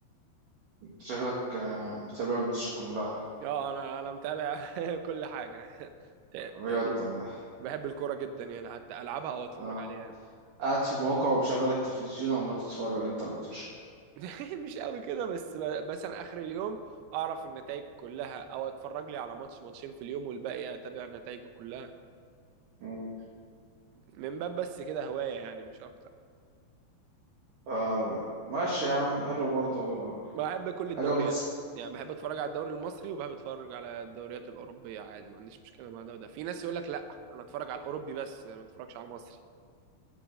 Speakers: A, on the right; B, on the right.
A: انت شكلك آه، متابع الماتشات كلها
B: يا انا انا متابع <laughs> كل حاجه ت-
A: بجد
B: تقريبا
A: والله.
B: بحب الكوره جدا يعني حتى العبها او اتفرج
A: اه
B: عليها يعني
A: قاعد في الموقع ومشغل التلفزيون عمال تتفرج انت على الماتش
B: <laughs> مش قوي كده بس ب- مثلا اخر اليوم اعرف النتائج كلها او اتفرج لي على ماتش ماتشين في اليوم والباقي اتابع نتائجه كلها
A: مم.
B: من باب بس كده هوايه يعني مش اكتر
A: آه ماشي يا عم حلو برضه
B: بحب كل الدوريات
A: حاجة بتس...
B: يعني بحب اتفرج على الدوري المصري وبحب اتفرج على الدوريات الاوروبيه عادي ما عنديش مشكله مع ده وده في ناس يقول لك لا انا اتفرج على الاوروبي بس ما اتفرجش على المصري